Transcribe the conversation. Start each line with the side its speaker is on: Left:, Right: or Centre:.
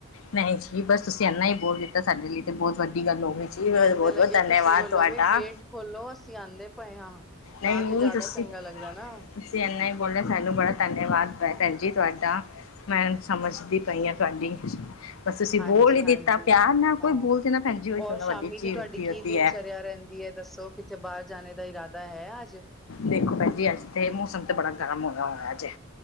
Left: ਨਹੀਂ ਜੀ ਬਸ ਤੁਸੀਂ ਇੰਨਾ ਹੀ ਬੋਲ ਦਿੱਤਾ ਸਾਡੇ ਲਈ ਤੇ ਬਹੁਤ ਵੱਡੀ ਗੱਲ ਹੋ ਗਈ। ਜੀ ਬਹੁਤ-ਬਹੁਤ
Centre: ਮੈਨੂੰ ਤੇ ਲੱਗਿਆ
Left: ਧੰਨਵਾਦ
Centre: ਤੁਸੀਂ ਬੋਲੋਗੇ
Left: ਤੁਹਾਡਾ।
Centre: ਗੇਟ ਖੋਲੋ ਅਸੀਂ ਆਉਂਦੇ ਪਏ ਹਾਂ
Left: ਨਹੀਂ
Centre: ਤਾਂ ਤੇ
Left: ਨਹੀਂ
Centre: ਜ਼ਿਆਦਾ
Left: ਤੁਸੀਂ
Centre: ਚੰਗਾ ਲੱਗਦਾ ਨਾ
Left: ਤੁਸੀਂ ਇਨਾ ਬੋਲਿਆ ਸਾਨੂੰ ਬੜਾ ਧੰਨਵਾਦ ਭੈਣ ਜੀ ਤੁਹਾਡਾ ਮੈਂ ਸਮਝਦੀ ਪਈ ਹਾਂ ਤੁਹਾਡੀ ਬਸ ਤੁਸੀਂ
Centre: ਹਾਂਜੀ-ਹਾਂਜੀ
Left: ਬੋਲ ਹੀ ਦਿੱਤਾ। ਪਿਆਰ ਨਾਲ ਕੋਈ,
Centre: ਹਾਂ।
Left: ਬੋਲਦੇ ਨਾ, ਭੈਣ ਜੀ। ਉਹੀ
Centre: ਔਰ
Left: ਸਬਤੋ
Centre: ਸ਼ਾਮੀ
Left: ਵੱਡੀ ਚੀਜ਼
Centre: ਦੀ ਤੁਹਾਡੀ ਕੀ
Left: ਉਹਦੀ
Centre: ਦਿਨਚਰਿਆ
Left: ਹੈ।
Centre: ਰਹਿੰਦੀ ਹੈ ਦੱਸੋ? ਕਿੱਥੇ ਬਾਹਰ ਜਾਣੇ ਦਾ ਇਰਾਦਾ ਹੈ ਅੱਜ?
Left: ਦੇਖੋ ਭੈਜੀ, ਅੱਜ ਤੇ, ਮੌਸਮ ਤੇ ਬੜਾ ਗਰਮ ਹੋਇਆ- ਹੋਇਆ ਅੱਜੇ।